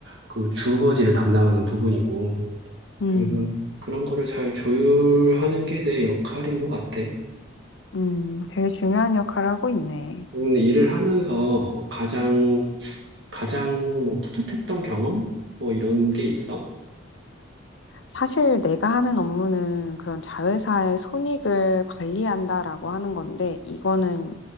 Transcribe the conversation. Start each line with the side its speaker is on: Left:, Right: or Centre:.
Right: 그 주거지를 담당하는 부분이고.
Left: 음,
Right: 그래서 그런 거를 잘 조율하는 게 내 역할인 것 같아.
Left: 음, 되게 중요한 역할을 하고 있네.
Right: 그러면 일을 하면서 가장, 가장 뭐 뿌듯했던 경험? 뭐 이런 게 있어?
Left: 사실 내가 하는 업무는 그런 자회사의 손익을 관리한다라고 하는 건데, 이거는